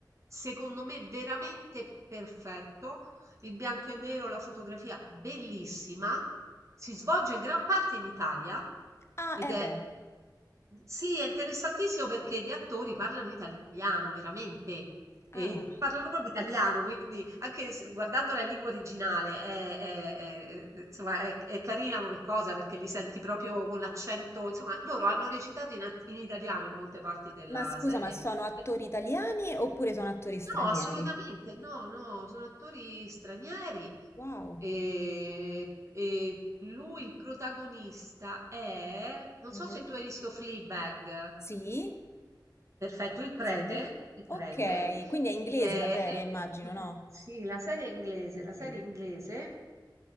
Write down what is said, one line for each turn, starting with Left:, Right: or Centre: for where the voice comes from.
Right: secondo me, veramente perfetto. Il bianco e nero, la fotografia, bellissima. Si svolge gran parte in Italia
Left: Ah,
Right: ed
Left: eh
Right: è...
Left: beh.
Right: Sì, è interessantissimo perché gli attori parlano italiano, veramente.
Left: Ah.
Right: E parlano proprio italiano, quindi anche s- guardandola in lingua originale è, è- è- è- insomma, è- è carina come cosa perché li senti proprio con l'accento. Insomma, loro hanno recitato in, a- in italiano in molte parti della
Left: Ma scusa,
Right: serie.
Left: ma sono attori
Right: Eh,
Left: italiani oppure sono attori stranieri?
Right: No, assolutamente, no, no, sono attori stranieri.
Left: Wow.
Right: E, e lui, il protagonista, è... Non
Left: Mhm.
Right: so se tu hai visto Fleabag.
Left: Sì?
Right: Perfetto, il prete,
Left: Sì.
Right: il
Left: Ok,
Right: prete,
Left: quindi è inglese
Right: ehm,
Left: la serie,
Right: è
Left: immagino, no?
Right: sì, la serie è inglese, la
Left: Ok.
Right: serie è inglese,